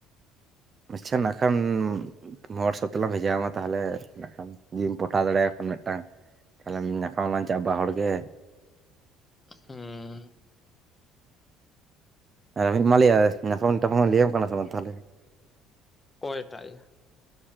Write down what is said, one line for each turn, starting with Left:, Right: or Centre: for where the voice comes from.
Right: ᱟᱪᱪᱷᱟ ᱱᱟᱜᱠᱷᱟᱱ ᱦᱚᱣᱟᱴᱥᱚᱯ ᱛᱮᱞᱟᱝ ᱵᱷᱮᱡᱟ ᱟᱢᱟ ᱛᱟᱦᱚᱞᱮ ᱱᱟᱜ ᱠᱷᱟᱱ ᱡᱩᱫᱤᱢ ᱯᱚᱴᱷᱟᱣ ᱫᱟᱲᱮ ᱠᱷᱟᱱ ᱢᱮᱫ ᱴᱟᱝ ᱛᱟᱦᱞᱮ ᱧᱟᱯᱟᱢ ᱞᱟᱝ ᱪᱟᱜ ᱟ ᱵᱟᱨ ᱦᱚᱲ ᱜᱮ
Left: ᱦᱩᱸ
Right: ᱟᱨ ᱟᱡᱤᱡ ᱢᱟᱞ ᱭᱟ ᱧᱟᱯᱟᱢ ᱴᱟᱯᱟᱢ ᱞᱟᱹᱭ ᱟᱢ ᱠᱟᱱᱟ ᱥᱮ ᱵᱟᱝ ᱛᱟᱦᱚᱞᱮ
Left: ᱚᱠᱚᱭ ᱴᱟᱜ ᱭᱟ